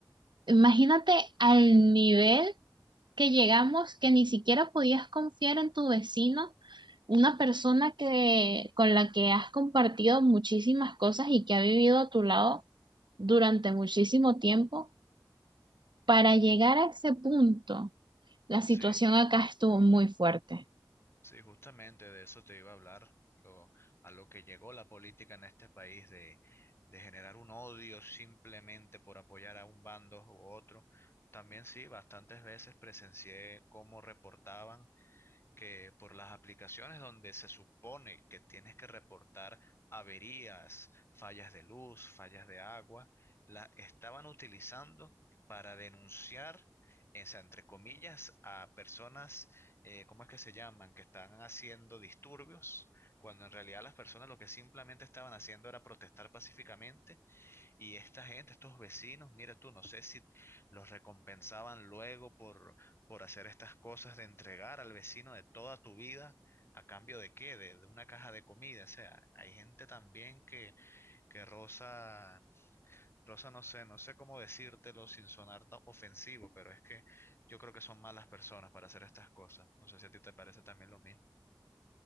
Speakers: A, on the right (about 75°); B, on the left (about 30°).
A: Imagínate al nivel que llegamos que ni siquiera podías confiar en tu vecino, una persona que, con la que has compartido muchísimas cosas y que ha vivido a tu lado durante muchísimo tiempo, para llegar a ese punto. La situación
B: Sí.
A: acá estuvo muy fuerte.
B: Sí, justamente de eso te iba a hablar, lo- a lo que llegó la política en este país de, de generar un odio simplemente por apoyar a un bando u otro. También sí, bastantes veces presencié cómo reportaban que por las aplicaciones donde se supone que tienes que reportar averías, fallas de luz, fallas de agua, la estaban utilizando para denunciar, o sea, entre comillas, a personas, eh, ¿cómo es que se llaman?, que están haciendo disturbios, cuando en realidad las personas lo que simplemente estaban haciendo era protestar pacíficamente y esta gente, estos vecinos, mira tú, no sé si los recompensaban luego por, por hacer estas cosas de entregar al vecino de toda tu vida, a cambio de qué, de, de una caja de comida. O sea, hay gente también que, que rosa, rosa, no sé, no sé cómo decírtelo sin sonar ta- ofensivo, pero es que yo creo que son malas personas para hacer estas cosas. No sé si a ti te parece también lo mismo.